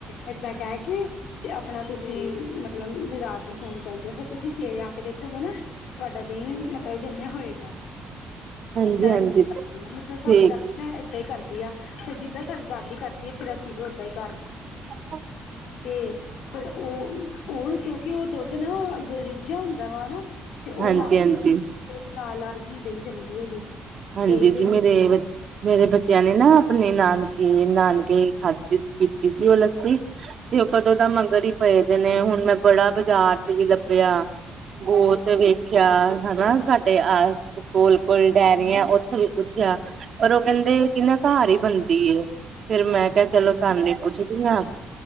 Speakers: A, on the left; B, on the right.
A: ਏਦਾ ਕੈ ਕਿ ਤੇ ਆਪਣਾ ਤੁਸੀਂ ਮਤਲਬ ਵੀ ਰਾਤ ਨੂੰ ਸੋਣ ਚਲ ਜਾਂਦੇ ਓ। ਫੇਰ ਤੁਸੀਂ ਸਵੇ ਰੇ ਆ ਕੇ ਦੇਖੋਗੇ ਨਾ ਤੁਹਾਡਾ ਦਹੀਂ ਮਤਲਬ ਜੰਮਿਆ ਹੋਏਗਾ।
B: ਹਾਂਜੀ
A: ਏਦਾਂ
B: ਹਾਂਜੀ
A: ਮਤਲਬ ਸਾਡੇ
B: ਠੀਕ
A: ਦ
B: ਹੈ
A: ਮੈਂ ਏਦਾਂ ਹੀ ਕਰਦੀ ਆ ਫਿਰ ਜਿੱਦਾਂ ਸਾਡੀ ਦਾਦੀ ਕਰਦੀ ਆ। ਫੇਰ ਅਸੀਂ ਵੀ ਓਦਾਂ ਈ ਕਰਦੇ
B: ਹਾਂਜੀ
A: ਤੇ ਫਿਰ ਉਹ ਉਹ ਕਿਉਂਕਿ ਉਹ ਦੁੱਧ ਨਾ ਗ ਰਿੱਝਾ ਹੁੰਦਾ ਵਾ ਹਨਾ ਤੇ ਉਹ
B: ਹਾਂਜੀ
A: ਲਾ
B: ਹਾਂਜੀ
A: ਲਾਲ-ਲਾਲ ਜੀਦਹੀਂ ਜਮਦੀ ਉਹਦੀ।
B: ਹਾਂਜੀ
A: ਤੇ ਫਿਰ
B: ਜੀ ਮੇਰੇ ਮੇਰੇ ਬੱਚਿਆਂ ਨੇ ਨਾ, ਆਪਣੇ ਨਾਨਕੇ ਨਾਨਕੇ ਖਾਧ ਕੀਤੀ ਸੀ ਉਹ ਲੱਸੀ ਤੇ ਉਹ ਕਦੋਂ ਦਾ ਮਗਰ ਹੀ ਪਏਦੇ ਨੇ ਹੁਣ ਮੈਂ ਬੜਾ ਬਾਜ਼ਾਰ 'ਚ ਵੀ ਲੱਭਿਆ ਬੋਤ ਵੇਖਿਆ ਹਨਾ ਸਾਡੇ ਆ ਕੋਲ-ਕੋਲ ਡੈਮ ਉੱਥੇ ਵੀ ਪੁੱਛਿਆ ਪਰ ਉਹ ਕਹਿੰਦੇ ਕਿ ਨਾ ਘਰ ਈ ਬਣਦੀ ਏ। ਫੇਰ ਮੈਂ ਕਿਹਾ ਚਲੋ ਧਾਨੂੰ ਪੁੱਛਦੀ ਹਾਂ